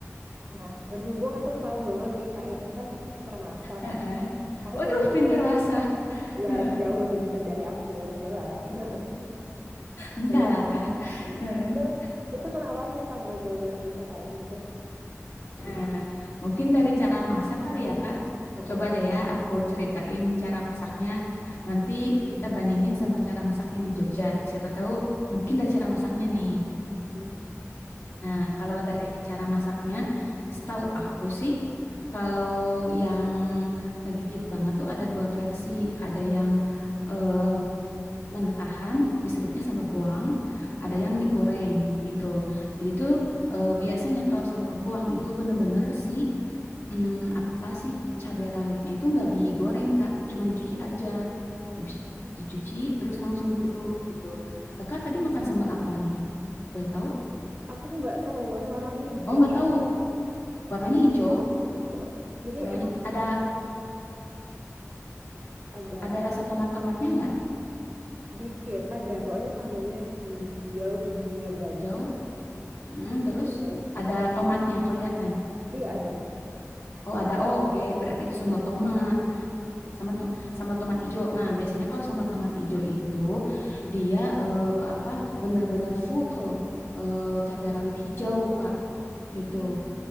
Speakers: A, on the right; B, on the left.
A: Nah, berhubung aku tahu banget nih Kak Ega kan pinter masak.
B: Heeh.
A: Aku
B: Waduh,
A: pengen
B: pinter
A: tahu
B: masak.
A: sih, ya
B: Heeh.
A: jauh lebih pinter dari aku, jelas. <laughs>
B: Enggak
A: Nah itu,
B: lah, Kak. Heeh.
A: itu, itu kenapa sih sambal Jawa Barat bisa kayak gitu?
B: Nah, mungkin dari cara masak kali ya, Kak.
A: Heeh,
B: Coba deh ya, aku ceritain cara masaknya. Nanti kita bandingin sama cara masak yang di Jogja. Siapa tahu mungkin dari cara masaknya nih.
A: mm,
B: Nah, kalau dari cara masaknya, setahu aku sih, kalau yang ngegigit banget tuh ada dua versi. Ada yang eh, mentahan, disebutnya sambal goang. Ada
A: mm.
B: yang digoreng gitu. Jadi tuh eh, biasanya kalau sambal goang itu bener-bener si Hmm, apa sih cabai rawitnya itu nggak digoreng Kak, cuman dicuci aja.
A: Oke.
B: Habis dicuci terus langsung digerus gitu. Kakak tadi makan sambal apa nih? Boleh tahu?
A: Aku nggak tahu pokoknya warnanya hijau.
B: Oh nggak
A: aja.
B: tahu. Warnanya hijau.
A: Heeh. Jadi
B: Warnanya
A: emang
B: ada
A: ada
B: ada
A: apa?
B: rasa tomat-tomatnya nggak?
A: dikit, ada pokoknya sambelnya hijau, bijinya banyak.
B: Hijau. Mm, terus
A: Terus
B: ada tomatnya kelihatan.
A: iya ada.
B: Oh ada. Oh oke. Berarti itu sambal tomat.
A: Oke.
B: sambal tem- sambal tomat ijo. Nah, biasanya kalau sambal tomat ijo itu dia eh, apa benar-benar full eh, cabai rawit hijau, Kak. Gitu.
A: Mm.